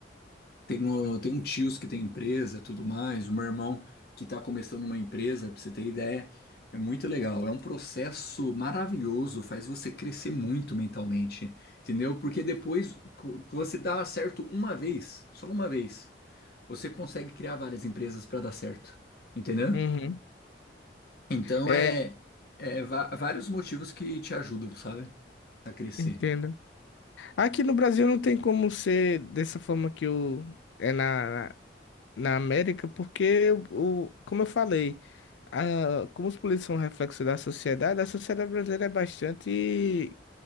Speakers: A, on the left; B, on the left.
A: Tem um, tem um tios que tem empresa, tudo mais, um irmão que está começando uma empresa, para você ter ideia. É muito legal, é um processo maravilhoso, faz você crescer muito mentalmente, entendeu? Porque depois co- você dá certo uma vez, só uma vez. você consegue criar várias empresas para dar certo, entendeu?
B: Uhum.
A: Então
B: É,
A: é, é va- vários motivos que te ajudam, sabe? A crescer.
B: entendo. Aqui no Brasil não tem como ser dessa forma que o é na, na América, porque o, como eu falei, a, como os políticos são reflexo da sociedade, a sociedade brasileira é bastante